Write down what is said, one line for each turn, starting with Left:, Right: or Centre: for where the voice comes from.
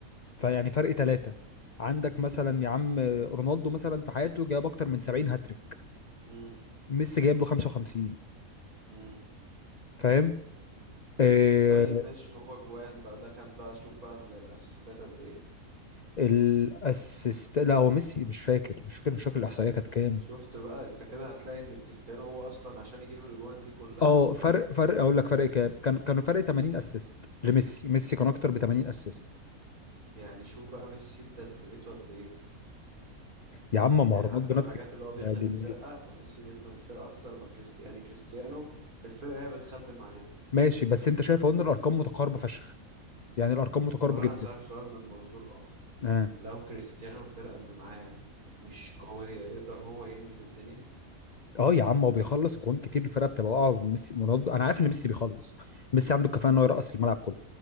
Left: فيعني فرق ثلاثة عندك مثلا يا عم رونالدو مثلا في حياته جايب أكتر من 70 هاتريك
Right: امم
Left: ميسي جايب له 55
Right: امم
Left: فاهم آه
Right: طيب ماشي هو جوان بقى ده كان بقى شوف بقى ال- الاسيستات قد ايه
Left: الاسيست لا هو ميسي مش فاكر مش فاكر مش فاكر الإحصائية كانت كام
Right: شفت بقى انت كده هتلاقي ان كريستيانو هو اصلا عشان يجيب الاجوان دي كلها
Left: اه فرق فرق اقول لك
Right: الف...
Left: فرق كام كان كانوا فرق 80 اسيست لميسي ميسي كان اكتر ب 80 اسيست
Right: يعني شوف بقى ميسي ادى لفرقته قد ايه
Left: يا عم
Right: يعني
Left: ما هو رونالدو
Right: حتى الحاجات
Left: نفس الك-
Right: اللي هو بيخدم
Left: يا دي
Right: الفرقه
Left: النيل.
Right: فميسي بيخدم الفرقه اكتر ما كريستيانو يعني كريستيانو الفرقه هي بتخدم عليه
Left: ماشي بس انت شايف اهو ان الارقام متقاربه فشخ يعني الارقام متقاربه
Right: طب انا
Left: جدا
Right: هسألك سؤال من منظور اخر
Left: اه
Right: لو كريستيانو الفرقة اللي معاه مش قوية يقدر هو ينجز الدنيا
Left: اه يا عم هو بيخلص جوان كتير الفرقه بتبقى واقعه ميسي رونالدو انا عارف ان ميسي بيخلص ميسي عنده الكفاءه ان هو يرقص الملعب كله